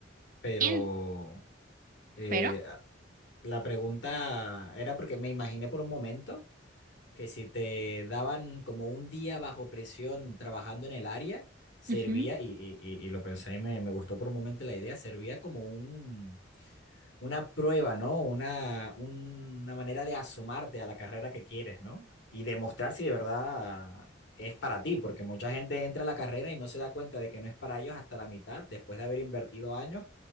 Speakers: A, on the left; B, on the right.
A: pero...
B: En-
A: eh,
B: pero,
A: La pregunta era porque me imaginé por un momento que si te daban como un día bajo presión trabajando en el área, servía,
B: ujú,
A: y, y- y- y lo pensé y me, me gustó por un momento la idea, servía como un, una prueba, ¿no? Una, una manera de asomarte a la carrera que quieres, ¿no? Y demostrar si de verdad es para ti, porque mucha gente entra a la carrera y no se da cuenta de que no es para ellos hasta la mitad, después de haber invertido años